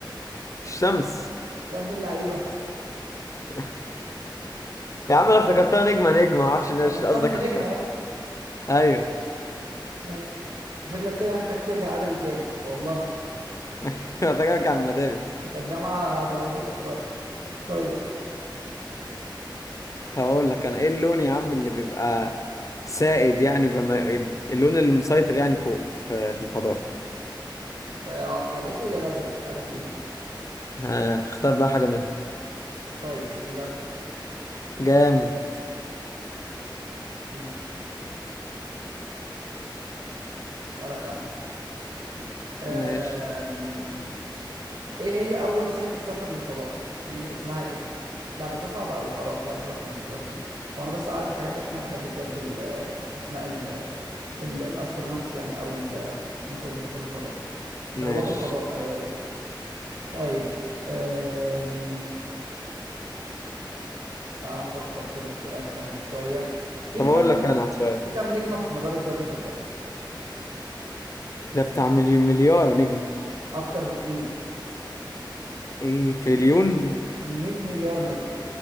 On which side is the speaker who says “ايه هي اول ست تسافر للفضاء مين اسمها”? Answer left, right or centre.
Right